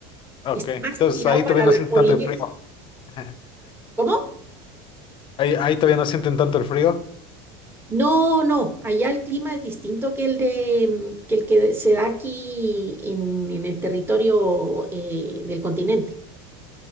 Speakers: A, on the left (about 40°); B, on the right (about 15°).
A: Ok.
B: Está
A: Entonces
B: más tirado
A: ahí
B: para
A: todavía no
B: la
A: sienten
B: Polinesia.
A: tanto el frío. <laughs>
B: ¿Cómo?
A: Ahí, ahí todavía no sienten tanto el frío.
B: No, no. Allá el clima es distinto que el de, mm, que el que se da aquí en, en el territorio eh, del continente.